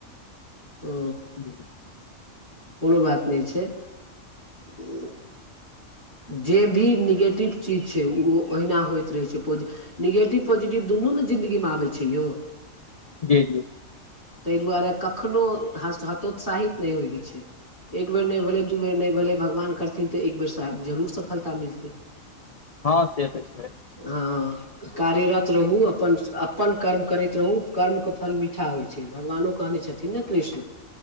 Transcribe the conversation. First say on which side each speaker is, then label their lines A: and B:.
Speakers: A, on the left; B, on the left.
A: ओ
B: भेल
A: कोनो बात नै छै अ उ जे भी नीगेटिव चीज छै उ ओहिना होइत रहै छै पोज निगेटिव पॉजिटिव दुनू ने जिंन्दगी मे आबै छै यौ।
B: जी जी
A: ताहि दुआरे कखनो हतो हतोत्साहित नै होइ के छै। एक बेर नै भेलै दू बेर नै भेलै भगवान करथिन तऽ एक बेरसँब जरूर सफलता मिलतै।
B: हँ सेत छै।
A: अ ओ कार्यरत रहू अपन अपन कर्म करैत रहू कर्मके फल मीठा होइ छै भगवानो कहने छथिन। ने कृष्ण